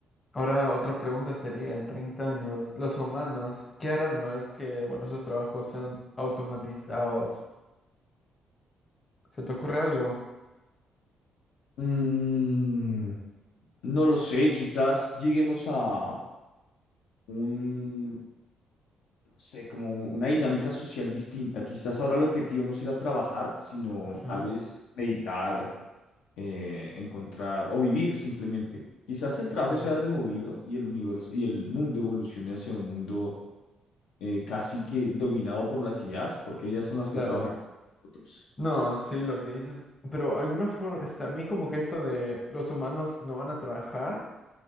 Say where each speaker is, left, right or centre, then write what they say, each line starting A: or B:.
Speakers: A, on the left; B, on the left.
A: Ahora, otra pregunta sería, en 30 años, ¿los humanos qué harán una vez que, bueno, esos trabajos sean automatizados? ¿Se te ocurre algo?
B: Mm, no lo sé, quizás lleguemos a un, no sé, como una dinámica social distinta. Quizás ahora el objetivo no será trabajar, sino
A: Ujú.
B: tal vez meditar, eh, encontrar o vivir simplemente. Quizás el trabajo
A: ¿Tú crees?
B: sea removido y el universo y el mundo evolucione hacia un mundo eh, casi que dominado por las IAs, porque ellas son las que
A: Claro.
B: trabajan con nosotros.
A: No, sí, lo que dices, pero alguna forma, este, a mí como que eso de los humanos no van a trabajar.